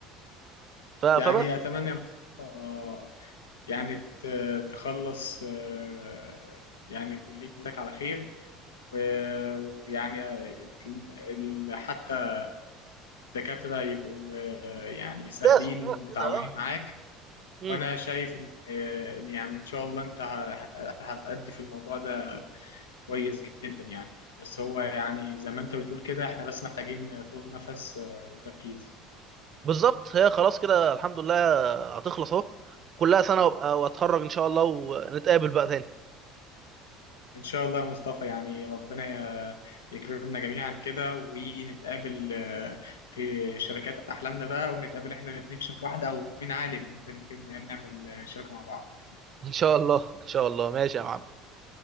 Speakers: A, on the right; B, on the left.
A: ف- فبس
B: يعني اتمنى يا مصطفى يعني ت... تخلص آه، يعني كليتك على خير و- ويعني ال- ال- حتى الدكاترة يبقوا آه، يعني سهلين
A: زي سخفاف
B: ومتعاونين
A: كده
B: معاك
A: اه
B: وأنا شايف إن آه، إن يعني إن شاء الله أنت هت- هتأدي في الموضوع ده كويس جدا يعني بس هو يعني زي ما انت بتقول كده احنا بس محتاجين طول نفس آه، وتركيز
A: بالظبط هي خلاص كده الحمد لله هتخلص اهو كلها سنة وابقى واتخرج ان شاء الله ونتقابل بقى تاني
B: ان شاء الله يا مصطفى يعني ربنا ي- يكرمنا جميعا كده ونتقابل آه، في شركات احلامنا بقى ونتقابل احنا الاثنين في شركة واحدة او مين عالم ممكن في يوم من الايام نعمل آه، شركة مع بعض <laughs>
A: ان شاء الله ان شاء الله ماشي يا معلم